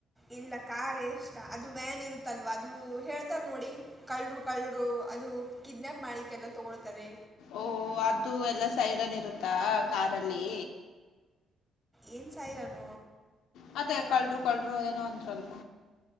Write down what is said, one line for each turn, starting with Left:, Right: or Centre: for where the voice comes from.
Centre: ಇಲ್ಲ ಕಾರ್ ಎಷ್ಟ ಅದು ವ್ಯಾನ್ ಇರುತ್ತಲ್ವಾ ಅದು ಹೇಳ್ತಾರ್ ನೋಡಿ ಕಳ್ಳರು ಕಳ್ಳರು ಅದು ಕಿಡ್ನ್ಯಪ್ ಮಾಡಲಿಕ್ಕೆಲ್ಲ ತೊಗೊಳ್ತಾರೆ
Left: ಓ ಅದು ಸೇರಿನೆಲೆ ಇರುತ್ತಲ್ಲ ಕಾರಿನಲ್ಲಿ
Centre: ಏನು ಸೈರನ್
Left: ಮತ್ತೇ ಕಳರು ಕಳ್ಳ ಅದೇನೋ ಒಂದಲ್ಪ